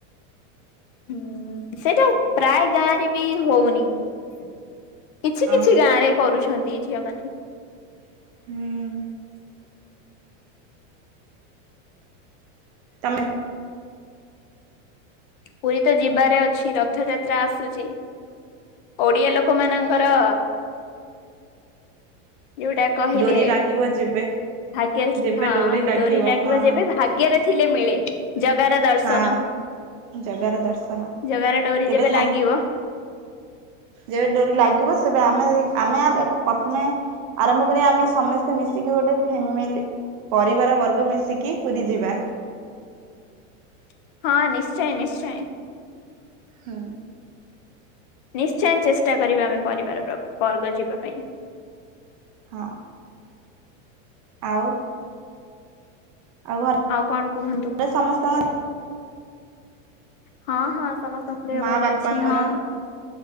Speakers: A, on the left; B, on the right.
A: ହୁଁ ସେଟା ପ୍ରାୟ ଗାଁ ରେ ବି ହଉନି। କିଛି
B: ହଁ
A: କିଛି ଗାଁ ରେ କରୁଛନ୍ତି ଝିଅମାନେ।
B: ହୁଁ। ତମେ
A: ପୁରୀ ତ ଯିବାରେ ଅଛି ରଥଯାତ୍ରା ଆସୁଛି। ଓଡିଆ ଲୋକ ଲୋକ ମାନଙ୍କର ଯଉଟା କହିଲେ
B: ଡୋରି ଲାଗିବ ଯେବେ
A: ଭାଗ୍ୟରେ
B: ଯେବେ
A: ହଁ
B: ଲାଗିବ
A: ଡୋରି ଲାଗିବା
B: ହଁ।
A: ଯେବେ ଭାଗ୍ୟରେ ଥିଲେ ମିଳେ। ଜଗାର ଦର୍ଶନ।
B: ହଁ ଜଗାର ଦର୍ଶନ।
A: ଜଗାର ଡୋରି
B: କେବେ
A: ଯେବେ
B: ସାଙ୍ଗ
A: ଲାଗିବ
B: ଯେବେ ଡୋରି ଲାଗିବ ସେ ଆମେ ଆମେ ପ୍ରଥମେ ଆରମ୍ଭ କରିବା। ଆମେ ସମସ୍ତେ ମିଶିକି ଗୋଟେ ଫ୍ୟାମିଲି ପରିବାର ବର୍ଗ ମିଶିକି ପୁରୀ ଯିବା।
A: <inaudible> ହଁ ନିଶ୍ଚୟ ନିଶ୍ଚୟ।
B: ହୁଁ।
A: ନିଶ୍ଚୟ ଚେଷ୍ଟା କରିବା ଆମେ ପରିବାରର ବର୍ଗ ଯିବା ପାଇଁ।
B: ହଁ। ଆଉ। ଆଉ ଘରେ
A: କଣ କୁହନ୍ତୁ?
B: ସମସ୍ତଙ୍କର
A: ହଁ ହଁ ସମସ୍ତଙ୍କୁ
B: ମା
A: ଭଲ
B: ବାପାଙ୍କର
A: ଅଛି। ହଁ